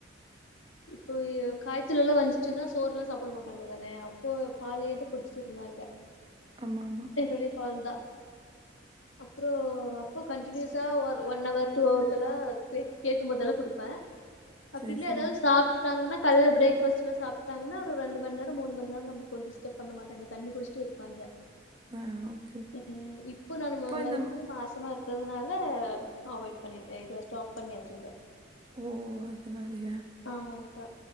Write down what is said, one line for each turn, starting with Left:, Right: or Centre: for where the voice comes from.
Left: இப்போ காய்ச்சலலா வந்துச்சுனா சோறுலா சாப்புட மாட்டாங்க தானே ப்போ பாலையது குட்ச்சுட்டு இருந்தாங்க
Right: ஆமா ஆமா
Left: ஒரே பால்தா அப்றோ அப்பொ கன்டினியஸா ஒர் ஒன் அவர் டூ அவர்ஸ் ல்ல சிஸ் கேக்கும்போதெல்லா குடுப்பே அப்டி
Right: சரி,
Left: இல்ல
Right: சரி.
Left: எதாது சாப்ட் டாங்கன்னா கால்ல பிரேக்ஃபஸ்ட்லா சாப்ட்டாங்னா ஒரு ரெண்டு மண் நேரொ மூனு மண் நேர்ந்தா <unintelligible> டிஸ்டர்ப் பண்ணமாட்டாங்க தண்ணி குடுச் டு இருப்பாங்க
Right: <unintelligible>
Left: ம் இப்போ நானு மறுபடியு
Right: இந்த ம்
Left: மாசமா இருக் றதுனால அவாய்ட் பண்ணிடே இத ஸ்டாப் பண்ணியாச்சு இத
Right: ஓ அதனாலயா
Left: ஆமாங்க்கா